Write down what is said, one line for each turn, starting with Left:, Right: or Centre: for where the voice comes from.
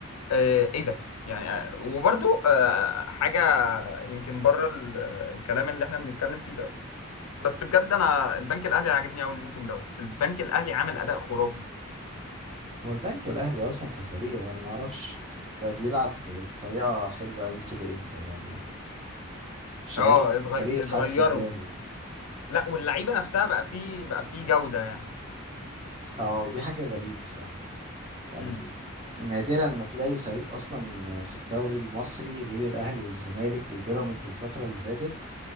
Left: آه، ايه ده يعني آه، وبرضو آه، حاجة يمكن بره ال- الكلام اللي احنا بنتكلم فيه ده بس بجد انا البنك الاهلي عاجبني قوي الموسم دوت البنك الاهلي عامل اداء خرافي
Right: هو البنك الأهلي أصلا كفريق وأنا ما أعرفش بقى بيلعب بطريقة حلوة أوي كده إمتى يعني مش
Left: اه
Right: عارف
Left: اتغي-
Right: فريق اتحسن
Left: اتغيروا
Right: جامد
Left: لا واللعيبه نفسها بقى فيه بقى فيه جوده يعني
Right: اه دي حاجة غريبة فعلا يعني
Left: امم
Right: نادرا ما تلاقي فريق اصلا في الدوري المصري غير الاهلي والزمالك وبيراميدز الفترة اللي فاتت